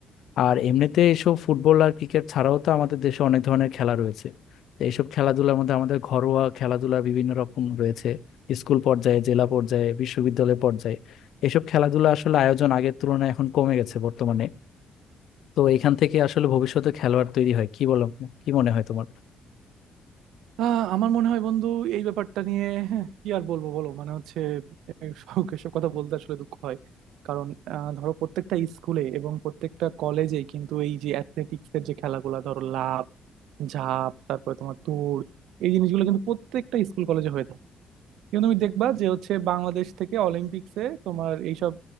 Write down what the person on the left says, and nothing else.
আর এমনিতে এসব ফুটবল আর ক্রিকেট ছাড়াও তো আমাদের দেশে অনেক ধরনের খেলা রয়েছে তো এইসব খেলাধুলার মধ্যে আমাদের ঘরোয়া খেলাধুলা বিভিন্ন রকম রয়েছে স্কুল পর্যায়ে জেলা পর্যায়ে বিশ্ববিদ্যালয় পর্যায়ে এসব খেলাধুলা আসলে আয়োজন আগের তুলনায় এখন কমে গেছে বর্তমানে তো এখান থেকে আসলে ভবিষ্যতে খেলোয়াড় তৈরি হয় কি বলো কি মনে হয় তোমার